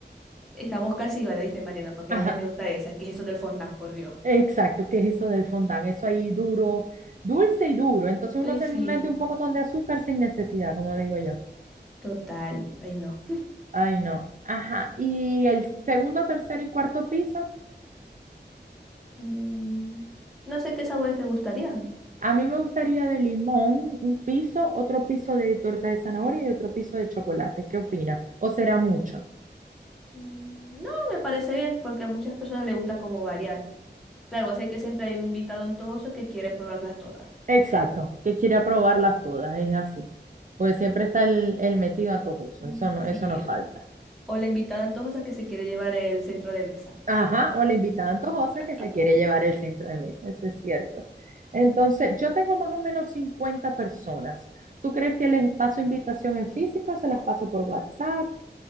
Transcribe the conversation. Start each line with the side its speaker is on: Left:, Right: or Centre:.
Centre: Estamos casi igual, ¿viste, Mariana? Porque
Right: Ajá,
Centre: a mí también me gusta esa, que es eso del fondant, por Dios.
Right: exacto, ¿qué es eso del fondant? Eso ahí duro, dulce y duro. Entonces uno
Centre: Ay,
Right: se
Centre: sí,
Right: mete un pocotón de azúcar sin necesidad, como digo yo.
Centre: total. Ay, no.
Right: Ay, no. Ajá. ¿Y el segundo, tercero y cuarto piso?
Centre: Mm, no sé qué sabores te gustarían.
Right: A mí me gustaría de limón un piso, otro piso de torta de zanahoria y otro piso de chocolate. ¿Qué opinas? ¿O será mucho?
Centre: Mm, no, me parece bien porque a muchas personas les gusta como variar. Claro, sé que siempre hay un invitado antojoso que quiere probarlas todas.
Right: Exacto, que quiere probarlas todas, es así. Porque siempre está el, el metido antojoso,
Centre: Mm.
Right: eso no,
Centre: Sí,
Right: eso no falta.
Centre: o la invitada antojosa que se quiere llevar el centro de mesa.
Right: Ajá, o la invitada antojosa
Centre: <laughs>
Right: que se quiere llevar el centro de mesa, eso es cierto. Entonces, yo tengo más o menos 50 personas. ¿Tú crees que les paso invitación en físico? o ¿Se las paso por WhatsApp?